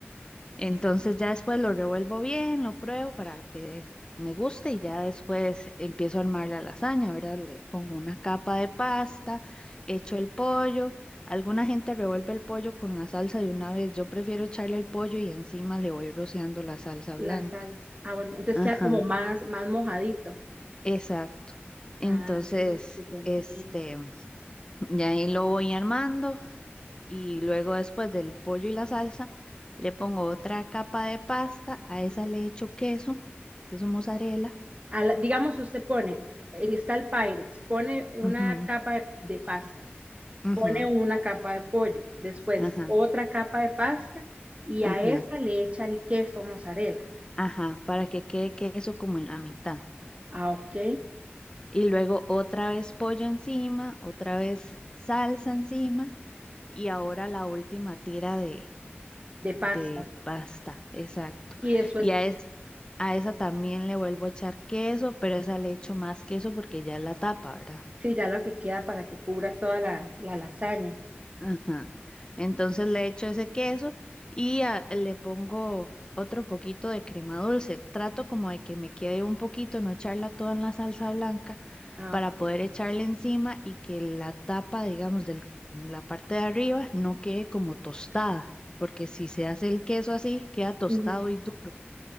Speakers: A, on the left; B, on the right.
A: Entonces ya después lo revuelvo bien, lo pruebo para que me guste y ya después empiezo a armar la lasaña, ¿verdad? Le pongo una capa de pasta, echo el pollo. Alguna gente revuelve el pollo con la salsa de una vez. Yo prefiero echarle el pollo y encima le voy rociando la salsa
B: La
A: blanca.
B: salsa. Ah, bueno. Entonces
A: Ajá,
B: queda como más, más mojadito.
A: exacto. Entonces,
B: Ah, súper
A: este,
B: bien.
A: ya ahí lo voy armando. y luego después del pollo y la salsa, le pongo otra capa de pasta, a esa
B: Ujú.
A: le echo queso, queso mozzarella,
B: A la- digamos, usted pone, en está el Pyrex, pone una
A: ujú,
B: capa de de pasta.
A: ujú,
B: pone una capa de pollo, después
A: ajá,
B: otra capa de pasta y
A: ajá,
B: a esa le echa el queso mozzarella,
A: ajá, para que quede queso como en la mitad.
B: ah, ok,
A: Y luego otra vez pollo encima, otra vez salsa encima y ahora la última tira de,
B: de
A: de
B: pasta.
A: pasta, exacto.
B: Y después,
A: Y a esa, a esa también le vuelvo a echar queso, pero esa le echo más queso porque ya es la tapa, ¿verdad?
B: sí, ya lo que queda para que cubra toda la, la lasaña.
A: Ajá. Entonces le echo ese queso y a- le pongo otro poquito de crema dulce. Trato como de que me quede un poquito, no echarla toda en la salsa blanca
B: Ah,
A: para
B: ok.
A: poder echarle encima y que la tapa, digamos, de la parte de arriba no quede como tostada, porque si se hace el queso así, queda tostado
B: Ujú.
A: y duro.